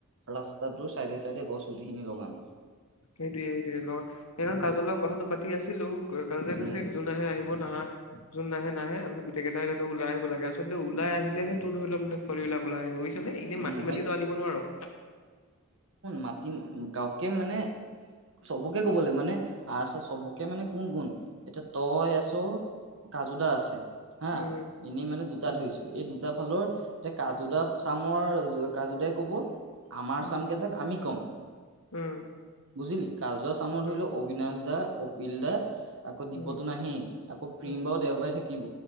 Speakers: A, on the right; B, on the left.
A: ৰাস্তাটো চাইডে চাইডে গছ গুটিখিনি লগাম।
B: সেইটোয়ে, সেইটোৱে লগত সেই কাজল ৰ কথাটো পাতি আছিলোঁ। কাজজে কৈছে
A: উম
B: যোন আহে আহিব নাহা যোন নাহে, নাহে আমি গোটেই কেইটাই ওলাই আহিব লাগে আচলতে ওলাই আহিলেহে তোৰ ধৰি ল পোৱালি বিলাক ওলাই আহিব বুজিছা। এনে
A: উম
B: মাটি মাটতিটো আনিব নোৱাৰোঁ।
A: মাতিম গাউকে মানে চবকে ক'বলৈ মানে আচ্ছা চবকে মানে কোন, কোন এতিয়া তই আছ কাজু দা আছে, হা
B: উম,
A: এনেই মানে দুটা ধৰিছো, এই দুটা ফালৰ যে কাজু দা চামৰ কোতাই ক'ব আমাৰ
B: উম,
A: চাম কেইটাক আমি ক'ম
B: উম,
A: বুজিলি কাজলা চামত
B: উম,
A: ধৰি লও অবিনাশ দা, কপিল দা আকৌ
B: উম,
A: দিবতো নাহেই আকৌ প্ৰিম
B: উম,
A: বাও দেওবাৰে থাকিব